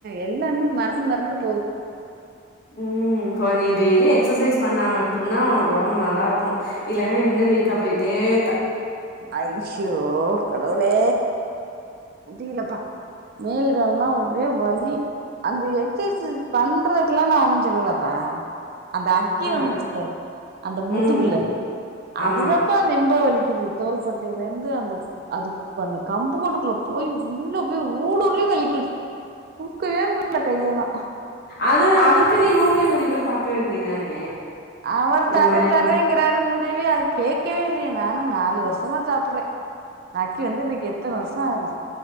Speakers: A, on the right; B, on the left.
A: எ எல்லாமே மறந்து மறந்து போது
B: ம் கோ நீ டெய்லி எக்சசைஸ் பண்ணா மட் மட்டு்தா ஒனக்கு ஒடம்பு நல்லா இருக்கு இல்லனா இன்னு வீக்கா போயிட்டே <unintelligible>
A: அய்சோ கடவுளே முடீயிலப்பா மேல்க எல்லா ஒரே வலி அந்த எக்சசைஸ் பண்றக்கெல்லா நா ஒன்னு சொல்லலப்பா அந்த அக்கி
B: ஆ
A: வந்துச்சுல அந்த முதுகுல
B: ம் ஆமா
A: அதுதாப்பா நெம்ப வலிக் இது தோல் பட்டையில இருந்து அந்த அது அந்த கம்பு கொடுக்குல போய் உள்ள போய் ஊடுருலயு வலிக்குது தூக்கவே முல கையெல்லா
B: அது அதுக்கு நீ ஹோமியோபதி போய் பாக்க வேண்டியதானே
A: அவரு
B: இந்த
A: தர்ரே
B: மாரி
A: தர்றேங்கிறாரு
B: வந்து
A: உதவி அது கேக் கேலு நானு நாலு வருஷமா சாப்பறே <unintelligible> கி வந்து இன்னைக்கு எத்தன வருஷோ ஆகுது